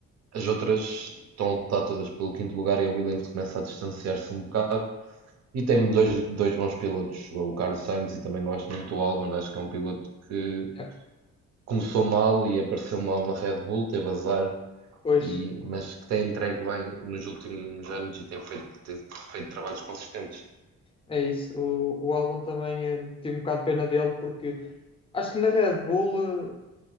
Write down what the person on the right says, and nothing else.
As outras estão a lutar todas pelo quinto lugar e a Williams começa a distanciar-se um bocado. E tem dois, dois bons pilotos, o Carlos Sainz e também gosto muito do Albon, acho que é um piloto que
começou mal e apareceu mal na Red Bull, teve azar
e, mas que tem entregue bem nos últimos anos e tem feito, tem feito trabalhos consistentes.